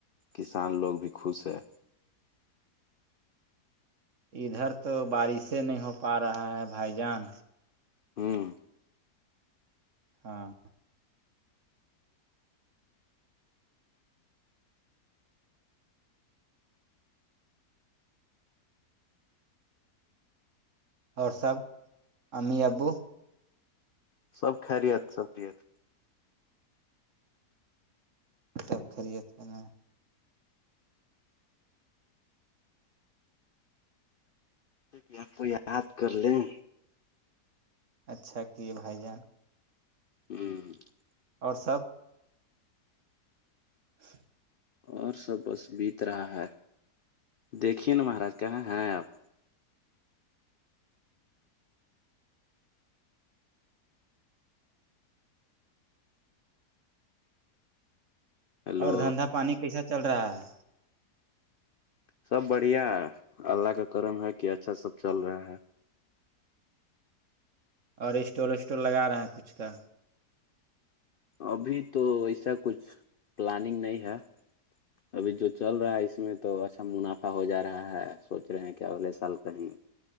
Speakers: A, on the left; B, on the right.
A: کسان لوگ بھی خوش ہے
B: ادھر تو بارشیں نہیں ہو پا رہا ہے بھائی جان
A: ہوں
B: ہاں اور سب امی ابو
A: سب خاریت سب رت
B: سب خری تھا نا
A: یہ آپ کو یاد کر لیں
B: اچھا کہ بھائی جان
A: <inaudible>
B: اور سب ہہہ
A: اور سب بس بیت رہا ہے دیکھیے نا مہارا کہاں ہیں آپ ہیلو
B: اور دھندا پانی کیسا چل رہا ہے
A: سب بڑھیا ہے اللہ کا کرم ہے کہ اچھا سب چل رہا ہے
B: اور اسٹول وسٹول لگا رہے ہیں کچھ کا
A: ابھی تو ایسا کچھ پلاننگ نہیں ہے ابھی جو چل رہا ہے اس میں تو اچھا منافع ہو جا رہا ہے سوچ رہے ہیں کہ اگلے سال کہیں